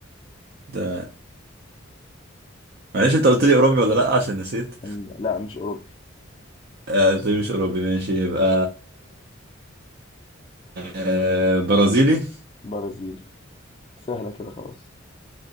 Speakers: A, on the right; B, on the left.
A: ده معلش انت قلت لي اوروبي ولا لا عشان نسيت
B: إن- لا مش أوروبي
A: آه، قلت لي مش اوروبي ماشي يبقى آه، برازيلي
B: برازيلي سهلة كده خلاص